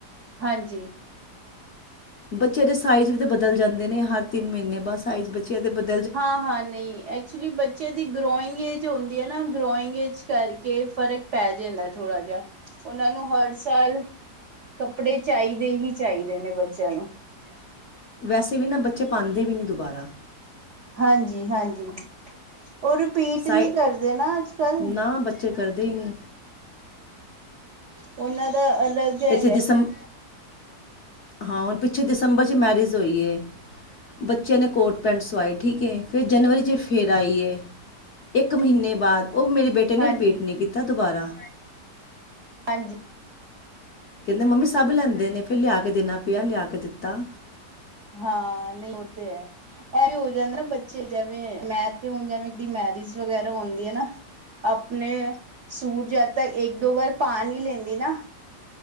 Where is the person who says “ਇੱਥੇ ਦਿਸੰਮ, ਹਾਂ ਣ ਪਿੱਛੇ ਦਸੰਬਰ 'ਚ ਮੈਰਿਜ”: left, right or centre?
Left